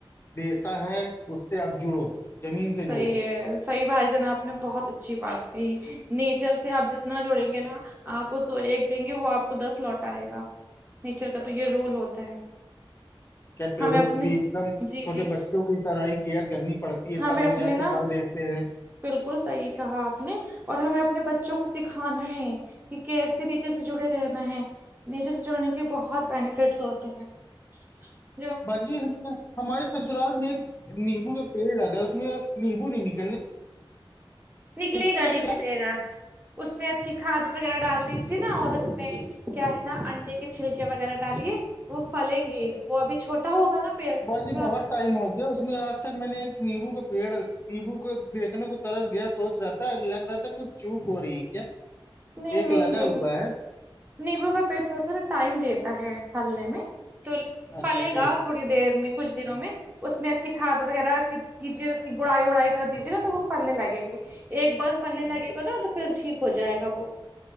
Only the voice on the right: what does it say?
صحی ہے صحیح بھائی جان آپ نے بہت اچھی بات کہی نیچر سے آپ جتنا جوڑیں گے نا آپ اس ایک دیں گے وہ آپ کو دس لوٹ آائے گا نیچر کا تو یہ رول ہوتا ہے
ہمیں اپنے
جی
جی
ہمیں
اپنے
نا
بالکل صحیح کہا آپ نے اور ہمیں اپنے بچوں کو سکھانا نے کہ کیسے نیچے سے جڑے رہنا ہے نیچے سے جڑنے کے بہت بینیفٹس ہوتے ہیں جی
نکلے
گا
نکلے گا اس میں اچھی کھاد وغیرہ ڈال دی جی نا اور اس میں کیا ہے نا انڈے کے چھلکے وغیرہ ڈالیے وہ پھلیں گے وہ ابھی چھوٹا ہوگا نا پیڑ
تھوڑا
نہیں
نہیں
نہیں
نیبو کا پیڑ تھوڑا سا نا ٹائم لیتا ہے پھلنے میں تو پلے
گا تھوڑی دیر میں کچھ دنوں میں اس میں اچھی کاد وغیرہ کیجیے اس کی گڑائی وڑائی کر دیجیے نا تو وہ پلنے لگیں گے ایک برف پڑنے لگے گا نا تو پھر ٹھیک ہو جائے گا وہ